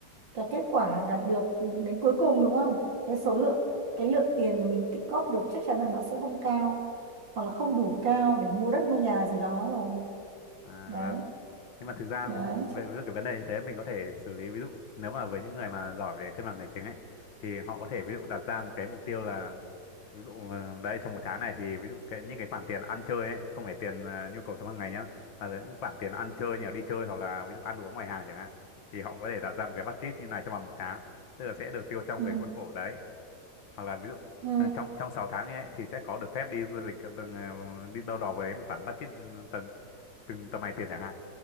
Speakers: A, on the right; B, on the left.
A: cái kết quả đạt được đến cuối cùng đúng không cái số lượng cái lượng tiền mà mình tích cóp được chắc chắn là nó sẽ không cao hoặc là không đủ cao để mua đất mua nhà gì đó rồi
B: à,
A: đấy
B: vâng. nhưng mà thực ra
A: đấy
B: ví dụ về
A: chắc-
B: ví cái vấn đề như thế mình có thể xử lý ví dụ nếu mà với những người mà giỏi về cân bằng tài chính ấy thì họ có thể ví dụ đặt ra một cái mục tiêu là ví dụ ờ, đấy trong một tháng này thì ví dụ cái những cái khoản tiền ăn chơi ấy không phải tiền ờ, nhu cầu sống hàng ngày nhá mà là những khoản tiền ăn chơi như là đi chơi hoặc là ví dụ ăn uống ngoài hàng chẳng hạn thì họ có thể đặt ra một cái budget như này trong vòng một tháng tức là sẽ được tiêu trong
A: ừ,
B: cái khuôn khổ đấy hoặc là ví dụ
A: ừ,
B: à, trong trong 6 tháng ấy thì sẽ có được phép đi du lịch ờ, đừng, ờ, đi đâu đó với một khoản budget ừ, từng từng tầm này tiền chẳng hạn